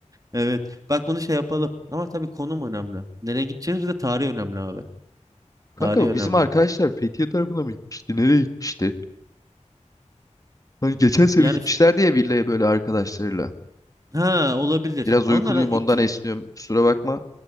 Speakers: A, on the right (about 30°); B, on the left (about 25°).
A: Evet. Bak bunu şey yapalım. Ama tabii konum önemli. Nereye gideceğiz? Bir de tarih önemli abi.
B: Kanka
A: Tarih
B: bu
A: önemli.
B: bizim arkadaşlar Fethiye tarafına mı gitmişti? Nereye gitmişti? Hani geçen sene
A: Yani
B: gitmişlerdi
A: f-
B: ya villaya böyle arkadaşlarıyla.
A: ha olabilir.
B: Biraz
A: Onlar
B: uykuluyum
A: iki
B: ondan esniyorum. Kusura bakma.